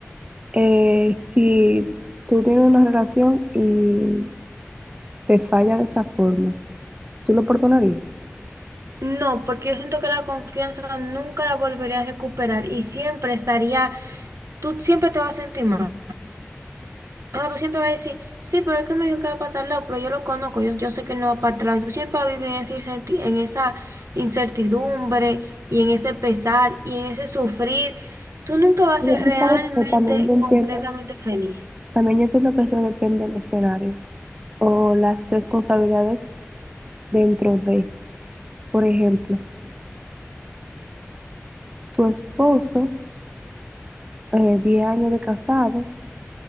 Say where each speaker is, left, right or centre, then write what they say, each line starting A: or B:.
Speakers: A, on the right (about 25°); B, on the right (about 80°).
A: eh, si tú tienes una relación y te falla de esa forma. ¿Tú lo perdonarías?
B: No, porque yo siento que la confianza nunca la volvería a recuperar y siempre estaría, tú siempre te vas a sentir mal. Ah, tú siempre vas a decir, sí, pero es que me dijo que va para tal lado, pero yo lo conozco, yo, yo sé que no va para tal lado. Y tú siempre vas a vivir en esa incerti- en esa incertidumbre y en ese pesar y en ese sufrir. Tú nunca vas
A: Pero
B: a ser realmente,
A: tú sabes que también yo entiendo,
B: completamente feliz.
A: también yo entiendo que eso depende del escenario o las responsabilidades dentro de, por ejemplo, tu esposo, eh, 10 años de casados,